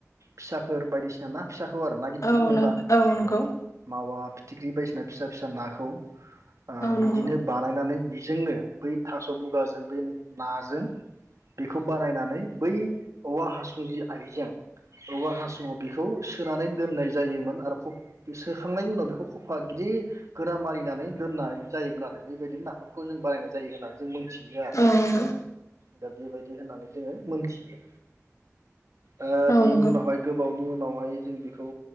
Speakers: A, on the right; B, on the left.
A: फिसाफोर बायदिसिना ना फिसाखौ आरो ना गिदिरथ
B: औ
A: नंला
B: नंगौ नंगौ
A: औ मावा फिथिख्रि बायदिसिना फिसा फिसा नाखौ ओ
B: औ नंगौ
A: बिदिनो बानायनानै बि जोंङो बै थास बुगाजों बै नाजों बेखौ बारायनानै बै औवा हासुं जि आइजें औवा हासुङाव बेखौ सोनानै दोननाय जायोमोन आरो खब सोखांनायनि उनाव बेखौ खफा गिदिर गोरा मारिनानै दोननाय जायोमोन आरो बेबायदिनो नाामखौ जों बानायनाय जायोहोना जों मिथियो आरो
B: औ नंगौ
A: दा बेबायदि होननानै जोङो मोनथियो ओ
B: औ
A: बिनि
B: नंगौ
A: उनावहाय गोबाव नि उनावहाय जों बेखौ